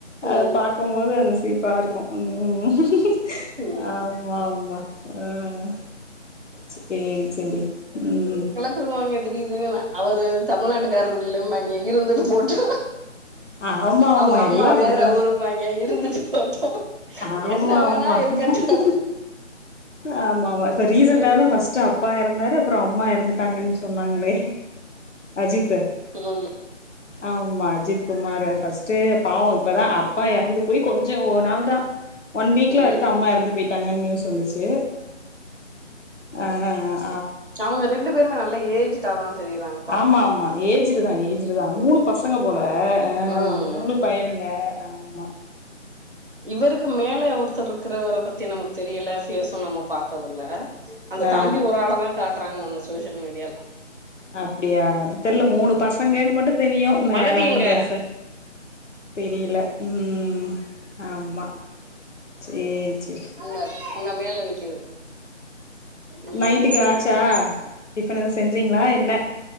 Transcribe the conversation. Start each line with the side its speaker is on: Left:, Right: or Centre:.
Left: அத
Right: ம்
Left: பாக்கும்போது அந் சிரிப்பா இருக்கு ம் ம் ம்
Right: ம்
Left: ஆமா ஆமா ஆஹ ச்சேரி ச்சேரி ம்
Right: துட்வாய்ங்க திடீர் திடீர்ன அவரு தமிழ்நாட்டுக்காரர் இல்லேம்பாய்ங்கே இருந்தது போட்டு
Left: ஆமா ஆமா
Right: அவ்ங்கம்மா
Left: எல்லா அப்டிதா
Right: வேற உரும்பாய்ங்க இருந்துட்டு போட்
Left: ஆமா
Right: என்ன வேணா
Left: ஆமா
Right: இருக்கட்டு
Left: ஆமா ஆமா இப்ப ரீசண்ட்டா
Right: ம்
Left: தா ஃபஸ்ட் ஆப் ப்பா யறந்தாரு அப்றோ அம்மா யறந்துட்டாங்கன் சொன்னாங்களே அஜித்த
Right: ஹும்
Left: ஆமா அஜித் குமாரே ஃபர்ஸ்ட்டே பாவோ இப்பதா அப்பா யறந்து போய் கொஞ்ச் ஞ்சு ஓ நாள் தா ஒன் வீக்ல
Right: ம்
Left: அடுத்து அம்மா யறந்து போய்ட்டாங்கு ந்யூஸ் வந்துச்சு ஆஆஆ
Right: சவுங்க ரெண்டு பேருமே நல்ல ஏஜ்டாதா தெரியிறாங்க
Left: ஆமா ஆமா ஏஜ்டு தா ஏஜ்டு தா
Right: ம்
Left: மூணு பசங்க போல அ
Right: ம்
Left: மூணு பையனுங் ஆ ஆமா
Right: இவருக்கு மேல ஒருத்தர் இருக்றவர பத்தி நமக் தெரியல ஃபேசு நம்ம பாத்ததல்ல அந்த
Left: ஆ
Right: தம்பி ஒரு ஆள தா காட்றாங்க அந்த சோசியல் மீடியால்லா
Left: அப்பிடியா அது தெர்ல மூணு பசங்கன்னு மட்டுந் தெரியு வேற
Right: மகதி
Left: ஒண்ணு
Right: எங்க
Left: பெருசா தெரியல
Right: ம்
Left: ம் ஆமா சேரி சேரி
Right: இந்தா இந்தா மேல நிக்குது ம்
Left: நைட்டுக்கு ஆச்சா டிஃபன் எதுவு செஞ்சீங்களா என்ன